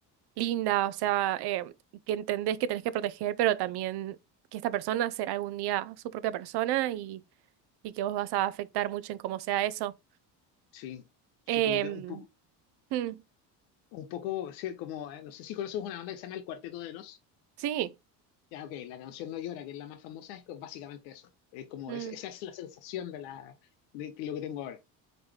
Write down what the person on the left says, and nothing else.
Sí, sí,
como que un poco,
un poco, sí, como, eh, no sé si conoces una banda que se llama El Cuarteto de Nos.
Ya, ok, la canción No Llora, que es la más famosa, es co- básicamente eso. Es como,
es- esa es la sensación de, la, de que- lo que tengo ahora.